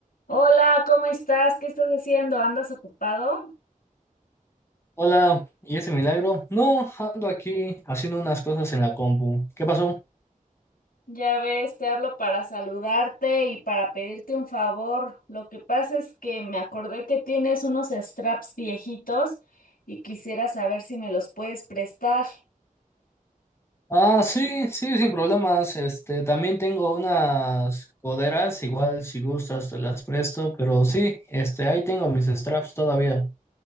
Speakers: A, on the left (about 80°); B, on the left (about 15°).
A: Hola, ¿cómo estás? ¿Qué estás haciendo? ¿Andas ocupado?
B: Hola, ¿y ese milagro? No, ando aquí haciendo unas cosas en la compu. ¿Qué pasó?
A: Ya ves, te hablo para saludarte y para pedirte un favor. Lo que pasa es que me acordé que tienes unos straps viejitos y quisiera saber si me los puedes prestar.
B: Ah, sí, sí, sin problemas. Este, también tengo unas coderas, igual si gustas te las presto, pero sí, este, ahí tengo mis straps todavía.